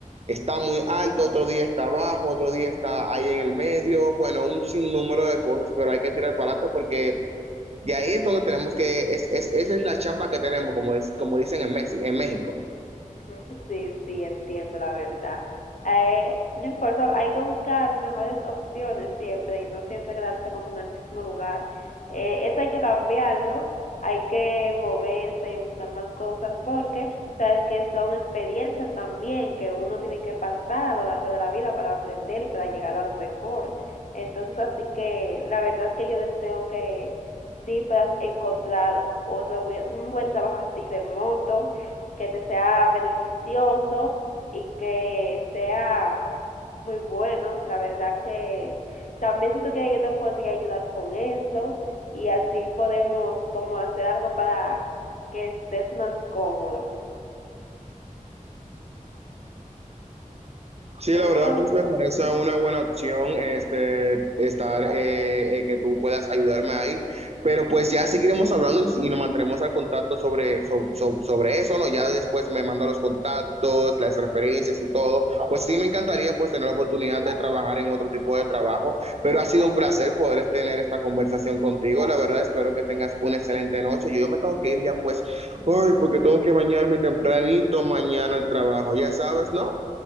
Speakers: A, on the right; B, on the left.
A: está muy alto, otro día está bajo, otro día está ahí en el medio, bueno, un sinnúmero de cosas, pero hay que tirar para adelante porque de ahí es donde tenemos que, es, es, esa es la chamba que tenemos, como, es, como dicen en, Messi, en México.
B: <laughs> Ujú, Sí, sí, entiendo la verdad. Eh, no importa, hay que buscar mejores opciones siempre y no siempre quedarse como en el mismo lugar. Eh, eso hay que cambiarlo, hay que moverse y buscar más cosas porque sabes que son experiencias también que uno tiene que pasar a lo largo de la vida para aprender y para llegar a lo mejor. Entonces, así que la verdad que yo deseo que sí puedas encontrar otro buen- un buen trabajo así remoto que te sea beneficioso y que sea muy bueno. La verdad que también si tú quieres yo te podría ayudar con eso y así podemos como hacer algo para que estés más cómodo.
A: Sí,
B: Entonces,
A: la verdad, pues me parece una buena opción este, estar, eh, eh, que tú puedas ayudarme ahí, pero pues ya seguiremos hablando y, y nos mantendremos al contacto sobre, so- so- sobre eso, ¿no? Ya después me manda los contactos, las referencias y todo. Pues sí, me encantaría pues tener la oportunidad de trabajar en otro tipo de trabajo, pero ha sido un placer poder este, tener esta conversación contigo. La verdad, espero que tengas una excelente noche. Yo, yo me tengo que ir ya pues, ay, porque tengo que bañarme tempranito mañana al trabajo, ya sabes, ¿no?